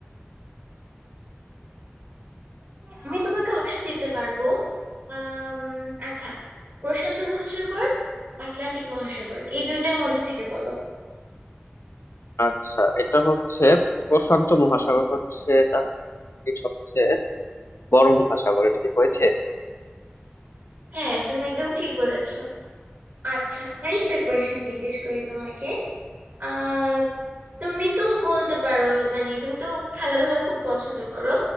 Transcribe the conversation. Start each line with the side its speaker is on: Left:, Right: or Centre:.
Right: হ্যাঁ, আমি তোমাকে অপশন দিতে পারবো আম, আচ্ছা প্রশান্ত মহাসাগর আটলান্টিক মহাসাগর এই দুইটার মধ্যে থেকে বলো
Left: আচ্ছা এটা হচ্ছে প্রশান্ত মহাসাগর হচ্ছে তাহলে পৃথিবীর সবচেয়ে বড় মহাসাগর এটা কি হয়েছে
Right: হ্যাঁ তুমি একদম ঠিক বলেছো আচ্ছা আরেকটা কোয়েশ্চেন জিজ্ঞেস করি তোমাকে আহ তুমি তো বলতে পারো মানে তুমি তো খেলাধুলা খুব পছন্দ করো